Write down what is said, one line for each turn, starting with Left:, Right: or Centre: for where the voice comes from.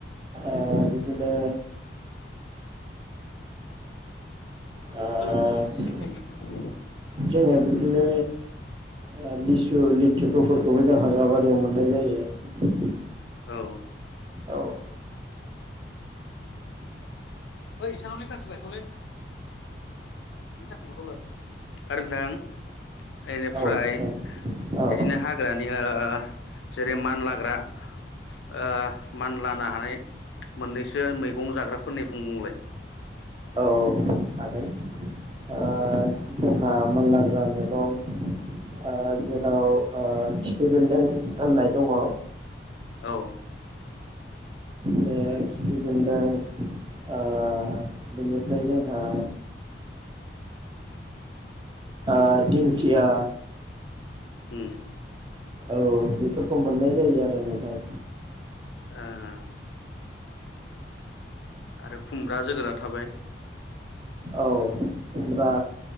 Right: ओ‌ बिदिनो
Left: <unintelligible>
Right: ओ जोङो बिदिनो ओ लिसु लिथुखुफोरखौबो जों हाग्रा बारियाव मोननाय जायो
Left: औ
Right: औ
Left: ओइ इसानाव लिटारसे लायथ'लै लिटारसे हथ'लै आरो नों इनिफ्राय
Right: औ नोंथां औ
Left: बिदिनो हाग्रानि ओ जेरै मानलाग्रा ओ मानलानो हानाय मोननैसो मैगं जाग्राफोरनि बुंलाय
Right: औ हागोन ओ जोंहा मानलाग्रा मैगं ओ जेराव ओ खिफि बेन्दों होननाय दंङ
Left: औ
Right: बे खिफि बेन्दों ओ बेनिफ्राय जोंहा आ दिंखिया
Left: उम
Right: औ बेफोरखौ मोननाय जायो आरो नोंथां
Left: ओ आरो खुमग्रा जोगोनार थाबाय।
Right: औ खुमब्रा